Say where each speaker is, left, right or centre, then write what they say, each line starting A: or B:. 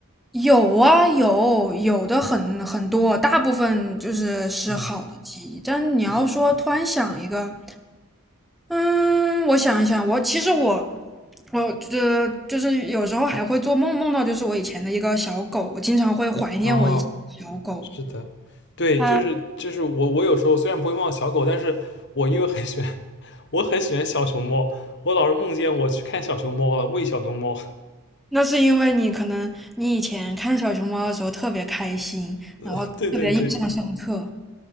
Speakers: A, in the centre; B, on the left (about 55°).
A: 有啊，有有的很很多，大部分就是是好的记忆。
B: 嗯，
A: 但你要说突然想一个，
B: 嗯
A: 嗯，我想一想，我其实我我呃就是有时候还会做梦，梦到就是我以前的一个小狗，我经常会怀念我以前的小狗。
B: 哦，是的，对，
A: 它
B: 就是就是我我有时候虽然不会梦到小狗，但是我因为很喜欢，<laughs> 我很喜欢小熊猫，我老是梦见我去看小熊猫了，喂小熊猫。<laughs>
A: 那是因为你可能你以前看小熊猫的时候特别开心，
B: 呃，
A: 然后特别印象深刻。
B: 对对对，